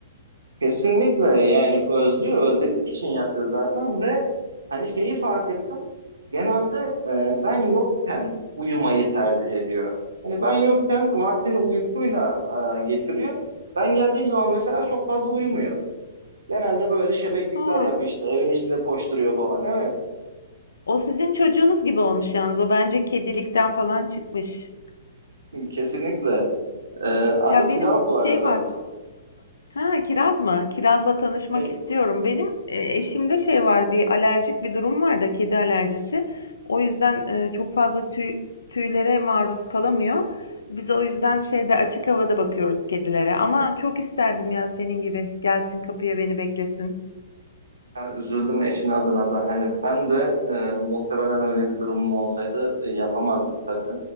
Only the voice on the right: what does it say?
Kesinlikle yani özlüyor, özlediği için yapıyor zaten ve hani şeyi fark ettim. Genelde e, ben yokken uyumayı tercih ediyor. Hani ben yokken vaktini uykuyla e, geçiriyor. Ben geldiğim zaman mesela çok fazla uyumuyor. Genelde böyle şebeklikler
yapıyor işte evin içinde koşturuyor falan. Evet
<laughs> kesinlikle. E, adı
Pilav
bu arada.
Hey.
Yani üzüldüm eşin adına da. Hani ben de e, muhtemelen öyle bir durumum olsaydı e, yapamazdık tabii.